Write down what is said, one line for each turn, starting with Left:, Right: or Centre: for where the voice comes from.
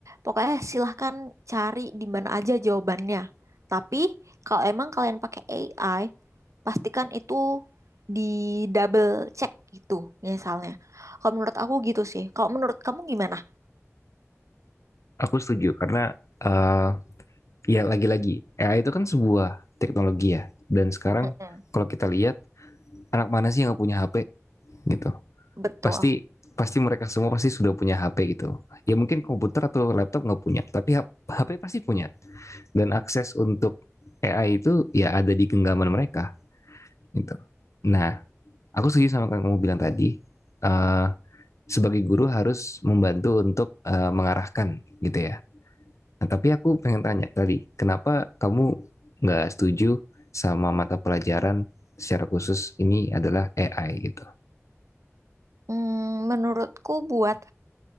Right: pokoknya silahkan cari di mana aja jawabannya. Tapi kalau emang kalian pakai AI, pastikan itu di double check gitu misalnya. Kalau menurut aku gitu sih. Kalau menurut kamu gimana?
Left: Aku setuju karena eh, ya lagi-lagi AI itu kan sebuah teknologi ya. Dan sekarang
Right: Mm-mm.
Left: kalau kita lihat anak mana sih yang nggak punya HP gitu?
Right: Betul.
Left: Pasti pasti mereka semua pasti sudah punya HP gitu. Ya mungkin komputer atau laptop nggak punya, tapi H- HP pasti punya. Dan akses untuk AI itu ya ada di genggaman mereka gitu. Nah, aku setuju sama yang kamu bilang tadi. eh, sebagai guru harus membantu untuk eh, mengarahkan gitu ya Nah, tapi aku pengen tanya tadi, kenapa kamu nggak setuju sama mata pelajaran secara khusus ini adalah AI gitu?
Right: Mm, Menurutku buat